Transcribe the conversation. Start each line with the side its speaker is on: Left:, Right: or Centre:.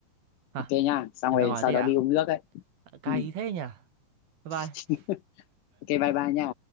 Right: Ha,
Left: ok nha xong
Right: em
Left: rồi
Right: ra ngoài
Left: sau
Right: tí
Left: đó
Right: đã.
Left: đi uống nước ấy
Right: Cay
Left: ừ,
Right: thế nha. Bye bye.
Left: <laughs> ok bye bye nha